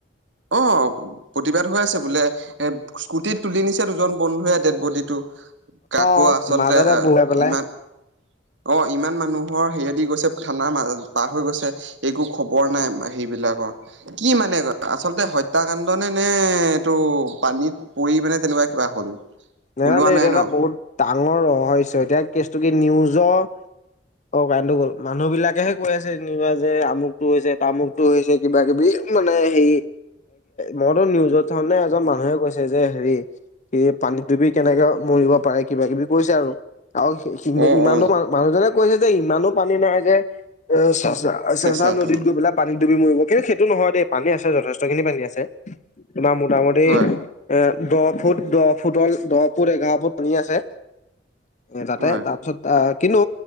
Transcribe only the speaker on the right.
অ', প্ৰতিবাদ হৈ আছে বোলে এ স্কুটিত তুলি নিছে দুজন বন্ধুৱে ডেড বডীটো। কাকো
আচলতে
ইমান অ', ইমান মানুহৰ হেৰিয়া দি গৈছে থানা পাৰ হৈ গৈছে। একো খবৰ নাই সেইবলাকৰ কি মানে? আচলতে হত্যাকাণ্ড নে নে এইটো পানীত পৰি মানে তেনেকুৱা কিবা হল
ওলোৱা
নাই
ন?
অ
অ
চেঁচাটো
হয়
হয়